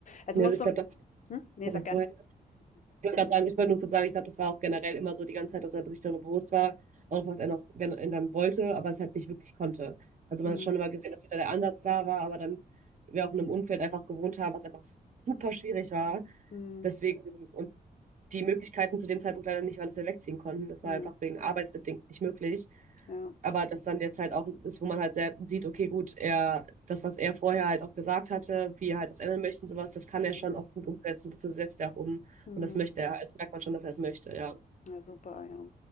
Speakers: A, on the left; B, on the right.
A: Also
B: Ja,
A: musst
B: also ich
A: du,
B: glaube, das
A: hm? Nee,
B: habe
A: sag
B: ich
A: gerne.
B: vorher. Ich wollte gerade sagen, ich wollte nur kurz sagen, ich glaube, das war auch generell immer so die ganze Zeit, dass er sich darüber bewusst war, auch was ändern, wenn, ändern wollte, aber es halt nicht wirklich konnte. Also man
A: Hm,
B: hat schon immer gesehen, dass wieder der Ansatz da war, aber dann wir auch in einem Umfeld einfach gewohnt haben, was einfach super schwierig war.
A: hm,
B: Deswegen, und die Möglichkeiten zu dem Zeitpunkt leider nicht, weil es wir wegziehen konnten. Das
A: hm,
B: war einfach wegen arbeitsbedingt nicht möglich.
A: ja.
B: Aber das dann jetzt halt auch ist, wo man halt sehr sieht, okay, gut, er, das, was er vorher halt auch gesagt hatte, wie er halt das ändern möchte und sowas, das kann er
A: Hm,
B: schon auch gut umsetzen, beziehungsweise setzt er auch um.
A: hm.
B: Und das möchte er. Das merkt man schon, dass er es möchte, ja.
A: Ja, super, ja.